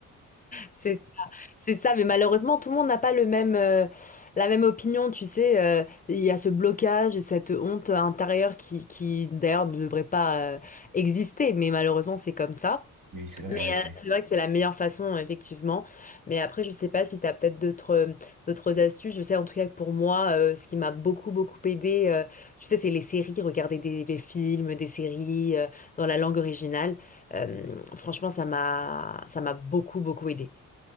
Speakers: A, on the left; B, on the right.
A: C'est ça, c'est ça, mais malheureusement tout le monde n'a pas le même, euh, la même opinion, tu sais. euh, Il y a ce blocage, et cette honte intérieure qui, qui d'ailleurs ne devrait pas euh, exister, mais malheureusement c'est comme ça.
B: mais c'est une réalité.
A: Mais euh, c'est vrai que c'est la meilleure façon, effectivement. Mais après, je sais pas si tu as peut-être d'autres euh, d'autres astuces. Je sais en tout cas que pour moi, euh, ce qui m'a beaucoup, beaucoup aidé, euh, tu sais, c'est les séries, regarder des, des films, des séries euh, dans la langue originale. Euh, franchement, ça m'a ça m'a beaucoup, beaucoup aidé.